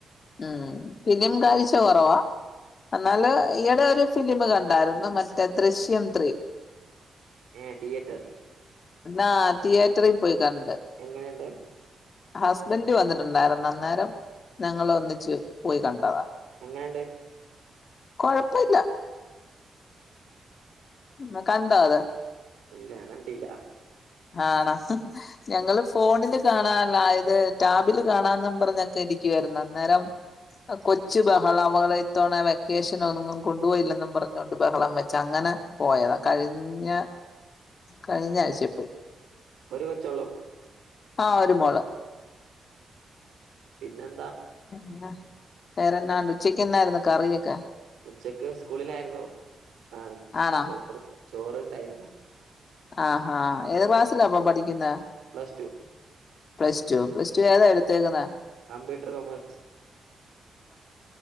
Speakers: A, on the left; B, on the right.
A: മ്ഹ് ഫിലിം കാഴ്ച്ച കുറവാ എന്നാല് ഈയെടെ ഒരു ഫിലിമ് കണ്ടാരുന്നു മറ്റേ ദൃശ്യം ത്രീ
B: മ് തിയേറ്റർ
A: എന്നാ തീയേറ്ററി കണ്ട്
B: എങ്ങനെണ്ട്
A: ഹസ്ബന്റ് വന്നിട്ടുണ്ടാരുന്നു അന്നേരം ഞങ്ങള് ഒന്നിച്ചു പോയി കണ്ടതാ
B: എങ്ങനണ്ട്
A: കൊഴപ്പല്ല <unintelligible> കണ്ടോ അത്
B: ഇല്ല ഞാകണ്ടീല
A: ആണോ ഞങ്ങള് ഫോണില് കാണാ ആയത് ട്ടാബില് കാണാനും പറഞ്ഞൊക്കെ ഇരിക്കുവായിരുന്നു അന്നേരം കൊച്ച് ബഹളാ ഓളെ ഇത്തവണ വെക്കേഷനെങ്ങും കൊണ്ടുപോയില്ലെന്നും പറഞ്ഞോണ്ട് ബഹളം വെച്ചങ്ങനെ പോയതാ കഴിഞ്ഞ കഴിഞ്ഞ ആയ്ച്ചേപ്പോയ്
B: ഒര് കൊച്ചോള്ളു
A: ആഒര് മോള്
B: പിന്നെൻ
A: എന്താ വേറെന്നാണ്ട് ഉച്ചയ്ക്കെന്നാണ്ട് കറിയൊക്കെ
B: ഉച്ചക്ക് സ്കൂളിലായിര്ന്നു. ആ
A: ആണോ
B: ചോറ് ചോറ് ണ്ടായിര്ന്നു
A: ആആ ഏത് ക്ലാസ്സിലാപ്പ പഠിക്കുന്നേ
B: plus two
A: plus two plus two ഏതാ എട്തേക്ക്ന്നേ
B: കമ്പ്യൂട്ടർ കോമേഴ്‌സ്